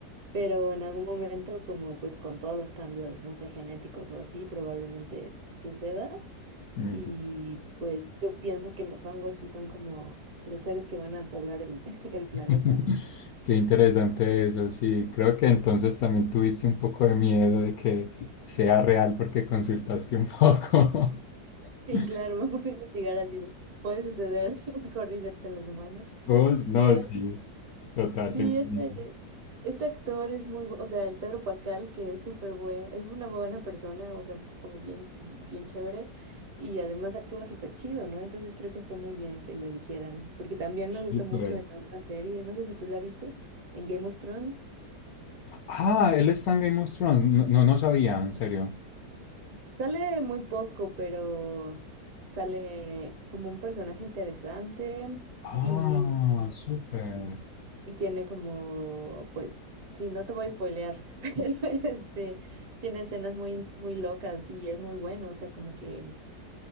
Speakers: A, on the right; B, on the left.
A: Pero en algún momento, como pues con todos los cambios, no sé, genéticos o así, probablemente suceda.
B: Mm.
A: Y
B: Ujú.
A: pues yo pienso que los hongos sí son como los seres que van a poblar el, <laughs> el
B: <laughs>
A: planeta, ¿no?
B: Qué interesante eso, sí. Creo que entonces también tuviste un poco de miedo de que sea real porque consultaste un poco.
A: Sí,
B: <laughs>
A: claro, <laughs> me puse a investigar así de, puede suceder <laughs> cordyceps en los humanos.
B: Vos, no,
A: Y además,
B: sí. Total,
A: sí,
B: tengo
A: este,
B: miedo.
A: este actor es muy, bu- o sea, el Pedro Pascal, que es súper buen, es una muy buena persona, o sea, como bien, bien chévere, y además actúa súper chido, ¿no? Entonces creo que fue muy bien que lo eligieran, porque también me gusta
B: Súper.
A: mucho en otra serie, no sé si tú la viste, en Game of Thrones.
B: Ah, él está en Game of Thrones. No, no, no sabía, en serio.
A: Sale muy poco, pero sale como un personaje interesante
B: Ah,
A: y...
B: súper.
A: y tiene como, pues, sí, no te voy a spoilear, <laughs> pero este, tiene escenas muy, muy locas y es muy bueno, o sea, como que